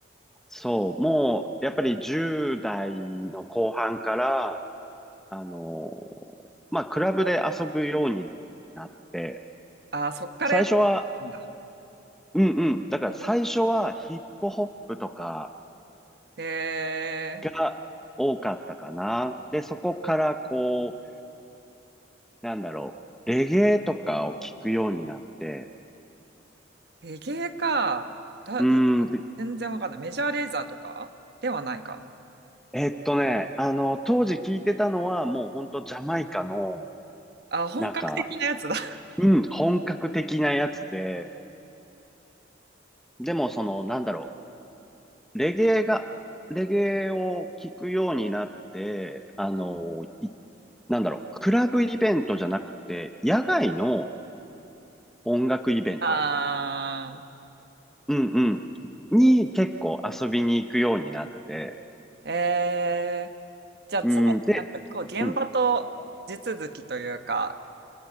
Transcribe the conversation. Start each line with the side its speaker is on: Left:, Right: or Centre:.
Centre: そう、もう、やっぱり10代の後半から、あの、まあ、クラブで遊ぶようになって、
Right: あ、ああ、そっからやっぱ
Centre: 最初は、
Right: り、だ。
Centre: うんうん、だから最初はヒップホップとか
Right: へえ、
Centre: が多かったかな。で、そこからこう、なんだろう、レゲエとかを聞くようになって、
Right: レゲエか。だ、
Centre: うん、
Right: だ、
Centre: で
Right: 全然わかんない。メジャーレーザーとかではないか。
Centre: えっとね、あの、当時聞いてたのはもうほんとジャマイカの、
Right: あ、本格的なやつだ。
Centre: なんか、
Right: <laughs>
Centre: うん、本格的なやつで、でも、その、なんだろう。レゲエが、レゲエを聞くようになって、あの、いなんだろう。クラブイベントじゃなくて、野外の音楽イベント。
Right: あ
Centre: うんうん。に結構遊びに行くようになって。
Right: あ、えー、じゃあ常になんかこう現場と地続きというか、
Centre: うん。で、うん。